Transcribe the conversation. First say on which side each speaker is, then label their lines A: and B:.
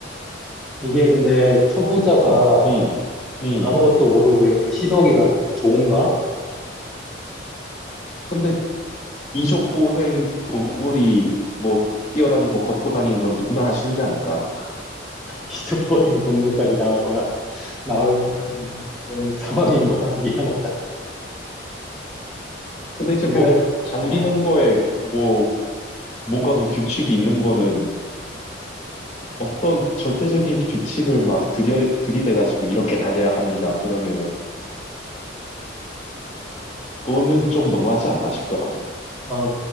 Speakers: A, in the centre; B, on the left (about 35°).
A: 이게 근데 초보자가
B: 그, 어, 응, 응.
A: 아무것도 모르고 이렇게 시도하기가 좋은가?
B: 근데 이족보행 동물이 뭐 뛰어다니고 걷고 다니는 건 누구나 할 수 있는 게 아닐까?
A: 이족보행 동물까지 나올 거야. <laughs> 나올 음, 그런 상황인 거야. <laughs> 미안하다.
B: 근데 이제
A: 내가,
B: 뭐 달리는
A: 어,
B: 거에 뭐 뭔가 그 규칙이 있는 거는 어떤 절대적인 규칙을 막 들여, 들이대가지고 이렇게 달려야 합니다. 그러면은 그거는 좀 너무하지 않나 싶더라.
A: 아,